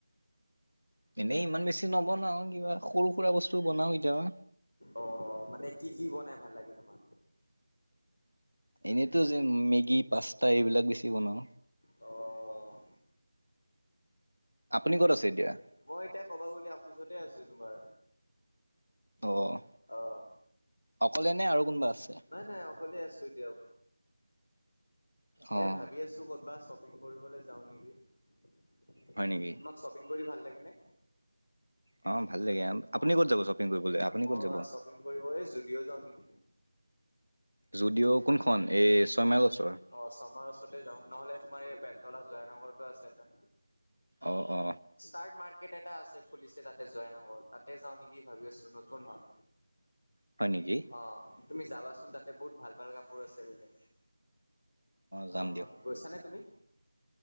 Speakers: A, on the right; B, on the left.
A: এনেই ইমান বেছি নবনাও কিবা সৰু সুৰা বস্তু বনাও কেতিয়াবা
B: অ মানে কি কি বনাই ভাল লাগে তোমাক
A: এনেইতো যে মেগী পাস্তা এইবিলাক বেছি বনাও।
B: অ'
A: আপুনি
B: এ
A: ক'ত আছে এতিয়া?
B: মই এতিয়া কবা গ লে অফিচতে আছো তোমাৰ
A: অ'
B: অহ
A: অকলে নে আৰু কোনোবা আছে?
B: নাই নাই অ অকলে আছো এতিয়াও
A: অ'
B: এই ভাবি আছো ক'ৰবাত শ্বপিং কৰিবলৈ যাওঁ নেকি। তোমাক
A: হয় নেকি?
B: শ্বপিং কৰি ভাল লাগে নে
A: উ অ ভাল লাগে আপুনি
B: অ
A: ক'ত যাব শ্বপিং কৰিবলৈ আপুনি
B: মই
A: ক'ত যাব
B: শ্বপিং কৰিব এই জুডিঅ' যাওঁ নেকি?
A: যদিও' কোনখন এই ছয়মাইল ওচৰত
B: অ শৰ্মাৰ ওচৰতে যাওঁ নহ'লে তোমাৰ এই বেলতলা জয়ানগৰতো আছে এটা
A: অ অ
B: ষ্টাৰ্ট মাৰ্কেট এটা আছে খুলিছে তাতে জয়নগৰ তাতে যাওঁ নেকি ভাবি আছো নতুন হয়।
A: হয় নেকি
B: অ তুমি যাবাচোন তাতে বহুত ভাল ভাল কাপোৰ আছে বোলে।
A: যাম
B: অ
A: দিয়ক।
B: গৈছানে তুমি